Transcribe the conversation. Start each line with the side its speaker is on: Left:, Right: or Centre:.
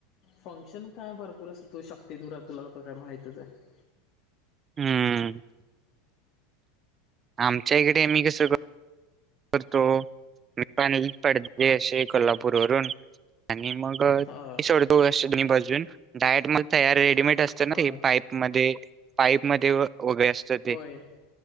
Left: फंक्शन काय भरपूर अस तो शकत ते दुरा तूला माहीतच आहे
Right: हम्म आमच्या इकडे मी कस करतो मी पण हे‌ पडदे ष कोल्हापूर वरून आणि मग
Left: ह
Right: सोडतो असं दोन्ही बाजूंन डायट मग तयार रेडीमेड असत ना
Left: ह
Right: हे पाईप मध्ये ते पाईप मध्ये वगैरे असत ते
Left: होय